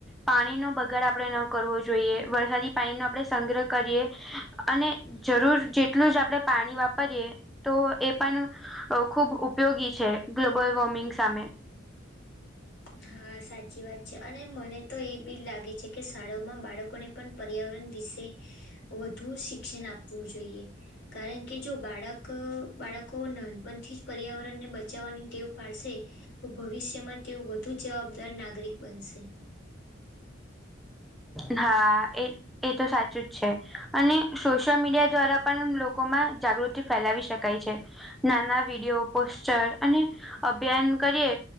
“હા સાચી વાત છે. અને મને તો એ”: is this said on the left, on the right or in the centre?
Left